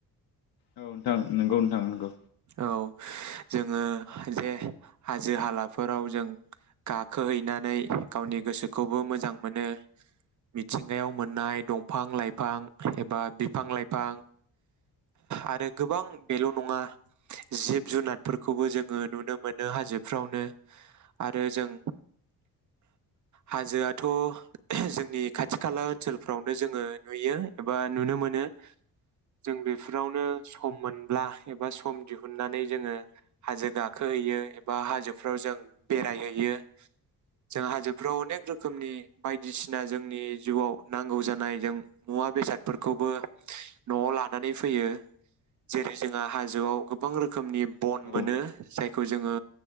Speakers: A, on the left; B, on the right.
A: औ नोंथां, नोंगौ नोंथां नोंगौ।
B: औ जोङो जे हाजो हालाफोराव जों गाखोहैनानै गावनि गोसोखौबो मोजां मोनो। मिथिंगायाव मोननाय दंफां लाइफां एबा बिफां लाइफां आरो गोबां बेल' नङा। जिब जुनादफोरखौबो जोङो नुनो मोनो हाजोफ्रावनो। आरो जों हाजोआथ' जोंनि खाथि खाला ओनसोलफ्रावनो जोङो नुयो एबा नुनो मोनो। जों बेफोरावनो सम मोनब्ला ए बा सम दिहुननानै जोङो हाजो गाखोहैयो एबा हाजोफ्राव जों बेरायहैयो। जों हाजोफ्राव अनेक रोखोमनि बायदिसिना जोंनि जिउआव नांगौ जानाय जों मुवा बेसादफोरखौबो न'आव लानानै फैयो। जेरै जोङा हा जोआव गोबां रोखोमनि बन
A: औ
B: मोनो,
A: नोंथां
B: जायखौ जोङो